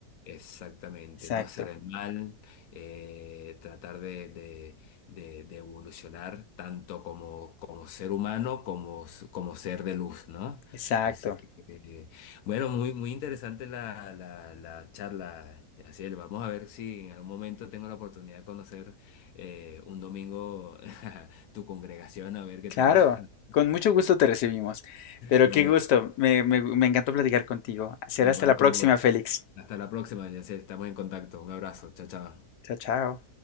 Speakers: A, on the left; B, on the left.
A: exactamente,
B: Exacto,
A: no hacer el mal, eh, tratar de, de- de- de evolucionar tanto como, como ser humano como, s- como ser de luz, ¿no?
B: exacto.
A: Así que, eh, bueno, muy, muy interesante la, la, la charla, Yaciel. Vamos a ver si en algún momento tengo la oportunidad de conocer eh, un domingo <laughs> tu congregación, a ver qué
B: Claro.
A: tal. <laughs>
B: Con mucho gusto te recibimos. Pero
A: Bueno,
B: qué gusto. Me, me, me encantó platicar contigo. Será
A: Igual
B: hasta la próxima,
A: con vos.
B: Félix.
A: Hasta la próxima, Jessy. Estamos en contacto. Un abrazo. Chao, chao.
B: Chao, chao.